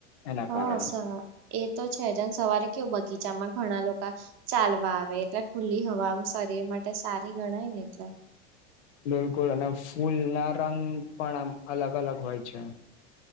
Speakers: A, on the left; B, on the right.
A: એના
B: હા
A: કારણે.
B: સ એ તો છેજને સવારે કેવું બગીચામાં ઘણા લોકા ચાલવા આવે એટલે ખુલ્લી હવામ શરીર માટે સારી ગણાય ને એટલે.
A: બિલકુલ અને ફૂલ ના રંગ પણ આમ અલગ અલગ હોય છે.